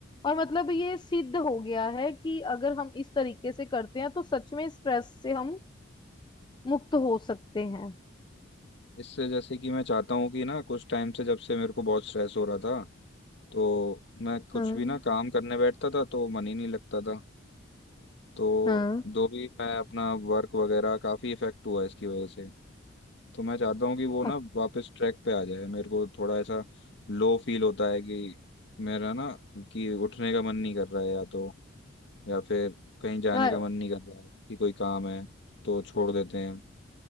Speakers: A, on the left; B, on the left.
A: और मतलब ये सिद्ध हो गया है कि अगर हम इस तरीके से करते हैं तो सच में स्ट्रेस से हम मुक्त हो सकते हैं
B: इससे जैसे कि मैं चाहता हूँ कि ना कुछ टाइम से जब से मेरे को बहुत स्ट्रेस हो रहा था तो मैं कुछ
A: हाँ
B: भी ना काम करने बैठता था तो मन ही नहीं लगता था तो
A: हाँ
B: जो भी मैं अपना वर्क वगैरह काफी इफेक्ट हुआ इसकी वजह से तो मैं चाहता हूँ कि वो
A: अ-
B: ना वापस ट्रैक पे आ जाए मेरे को थोड़ा ऐसा लो फील होता है कि मेरा ना कि उठने का मन नहीं कर रहा है या तो या फिर कहीं जाने
A: यार
B: का मन नहीं कर रहा है कि कोई काम है तो छोड़ देते हैं